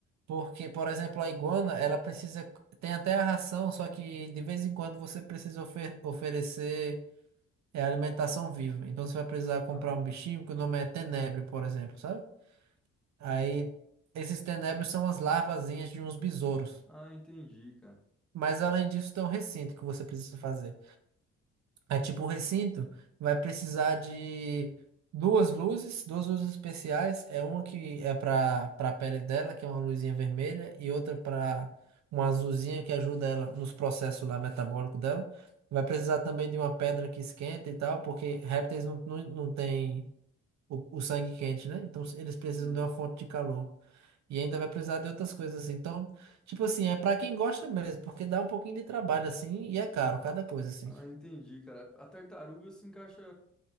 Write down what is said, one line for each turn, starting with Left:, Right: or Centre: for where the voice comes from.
Right: porque, por exemplo, a iguana, ela precisa, tem até a ração, só que de vez em quando você precisa ofer- oferecer é, alimentação viva. Então você vai precisar comprar
Centre: Ah,
Right: um bichinho que o nome é tenebro, por exemplo, sabe? Aí esses tenebros são as larvazinhas de uns besouros.
Centre: ah, entendi, cara.
Right: Mas além disso, tem um recinto que você precisa fazer. Aí, tipo, o recinto vai precisar de duas luzes, duas luzes especiais. É uma que é para para a pele dela, que é uma luzinha vermelha, e outra para uma azulzinha que ajuda ela nos processos lá metabólicos dela. Vai precisar também de uma pedra que esquenta e tal, porque répteis não, não, não têm o, o sangue quente, né? Então eles precisam
Centre: Sim.
Right: de uma fonte de calor. E ainda vai precisar de outras coisas assim. Então, tipo assim, é para quem gosta mesmo, porque dá um pouquinho de trabalho assim e é caro cada coisa assim.
Centre: Ah, entendi, cara. A tartaruga se encaixa.